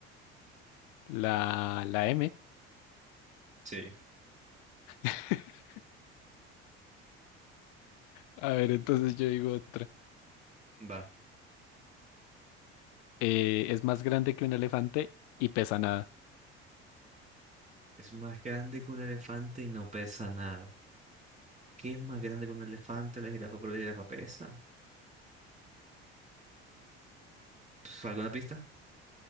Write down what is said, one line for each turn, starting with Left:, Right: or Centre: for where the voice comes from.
Left: La, la M.
Right: sí,
Left: <laughs> A ver, entonces yo digo otra.
Right: va.
Left: Eh, es más grande que un elefante y pesa nada.
Right: Es más grande que un elefante y no pesa nada. ¿Qué es más grande que un elefante? La jirafa, porque la jirafa pesa. Pf, ¿Alguna pista?